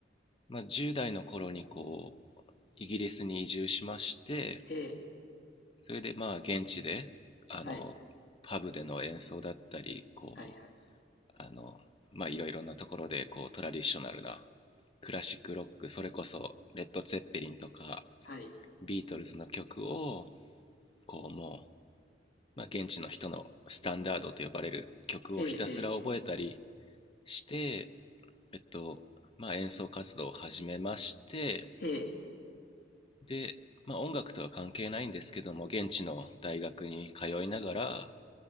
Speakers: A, on the left; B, on the left.
A: まあ、10代の頃にこう、イギリスに移住しまして、
B: ええ、
A: それでまあ、現地で、あの、
B: はい、
A: パブでの演奏だったり、こ
B: はい、はい、
A: う、あの、まあ、いろいろなところで、こう、トラディショナルなクラシックロック、それこそ、レッド・ツェッペリンとか、
B: はい、
A: ビートルズの曲を、こうもう、まあ、現地の人のスタンダードと呼ばれる曲をひたすら覚えたり
B: ええ、ええ、
A: して、えっと、まあ、演奏活動を始めまして、
B: ええ、
A: で、まあ、音楽とは関係ないんですけども、現地の大学に通いながら、